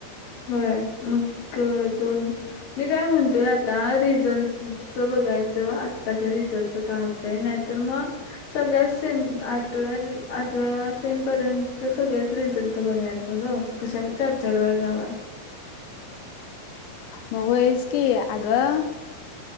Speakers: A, on the left; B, on the left.
A: होय मग क दोन मी काय म्हणतोय आता रिझल्टचं बघायचं आत्ताच्या रिझल्टचं काय ते नाहीतर मग सगळ्यात सेम आठव्या आठव्या सेम पर्यंत सगळ्याच रिझल्टच बघायचं ग. कशाला चार चार वेळा जावा.
B: मग होयच की अगं.